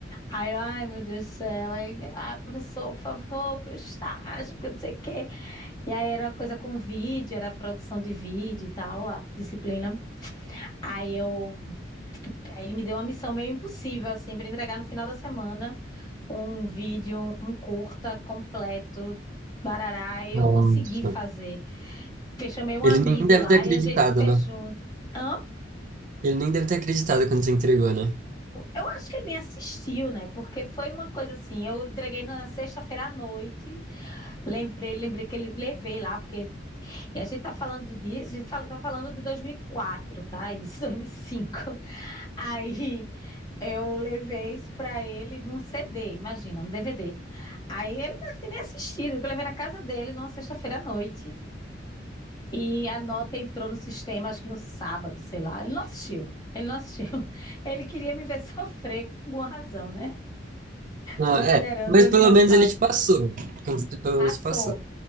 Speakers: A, on the left; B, on the right.
A: Aí eu, ai meu Deus do céu, aí, ah, professor, por favor, meu estágio, porque não sei o quê. E aí era coisa com vídeo, era produção de vídeo e tal, a disciplina. Aí eu, aí ele me deu uma missão meio impossível, assim, para entregar no final da semana um vídeo, um curta completo, barará, e
B: <laughs> Nossa.
A: eu consegui fazer. Eu chamei um
B: Ele
A: amigo
B: nem deve
A: lá
B: ter acreditado,
A: e a gente fez
B: né?
A: junto. Amo,
B: Ele nem deve ter acreditado quando você entregou, né?
A: eu acho que ele nem assistiu, né? Porque foi uma coisa assim, eu entreguei na sexta-feira à noite. Lembrei, lembrei que ele levei lá, porque a gente tá falando disso, a gente fala, tá falando de 2004, tá? <laughs> Isso, 2005. Aí eu levei isso pra ele num CD, imagina, um DVD. Aí ele não deve nem assistido, que eu levei na casa dele numa sexta-feira à noite. E a nota entrou no sistema, acho que no sábado, sei lá. Ele não assistiu. Ele não assistiu. <laughs> Ele queria me ver <laughs> sofrer com alguma razão, né?
B: Não,
A: Considerando
B: é. Mas
A: a
B: pelo
A: minha
B: menos
A: falta.
B: ele te passou. Quando Pelo
A: Passou.
B: menos te passou.